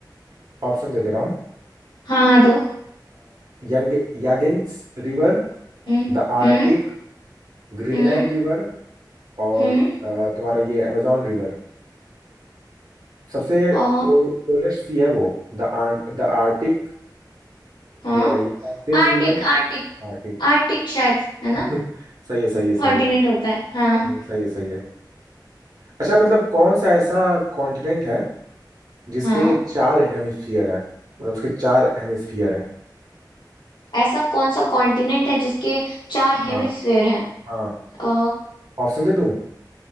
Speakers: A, on the right; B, on the left.
A: ऑप्शन दे दे रहा हूँ
B: हाँ हाँ दो
A: यंग यागिंस river
B: हम्म
A: the Arctic
B: हम्म
A: Greenland
B: हम्म
A: river और
B: हम्म
A: अ, तुम्हारा ये अमेजोन रिवर सबसे
B: ओ
A: कोलेस्ट सी है वो द आर्ट द आर्टिक
B: हाँ
A: ये यागिंस
B: Arctic
A: रिवर
B: Arctic
A: आर्टिक
B: आर्टिक शायद है ना
A: <laughs> सही है सही है सही
B: कॉन्टिनेंट
A: है
B: होता है हाँ
A: हम्म, सही है सही है अच्छा मतलब कौन सा ऐसा कॉन्टिनेंट है जिसके
B: हाँ
A: चार हेमिस्फीयर हैं मतलब उसके चार हेमिस्फीयर हैं
B: ऐसा कौन सा कॉन्टिनेंट है जिसके चार
A: हाँ
B: हेमिस्फेयर हैं
A: हाँ
B: अ
A: ऑप्शन दे दूं